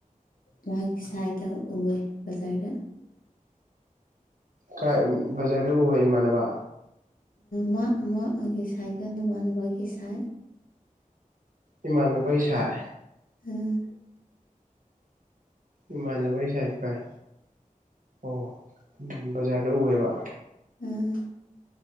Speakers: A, on the left (about 80°); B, on the right (about 70°).
A: ꯃꯥꯒꯤ ꯁꯥꯏꯠꯇ ꯎꯑꯦ ꯕꯖꯥꯔꯗ <inaudible>
B: ꯀꯥꯏ ꯕꯖꯥꯔꯗ ꯎꯋꯦ ꯏꯃꯥꯟꯅꯕ
A: ꯃꯥ ꯃꯥ ꯁꯥꯏꯠꯇ ꯅꯃꯥꯟꯅꯕꯒꯤ ꯁꯥꯏꯠ
B: ꯏꯃꯥꯟꯅꯕꯩ ꯁꯥꯏ
A: ꯎꯝ
B: ꯏꯃꯥꯟꯅꯕꯒꯤ ꯁꯥꯏꯠ ꯀꯥꯏ ꯑꯣ ꯕꯖꯥꯔꯗ ꯎꯑꯦꯕ
A: ꯎꯝ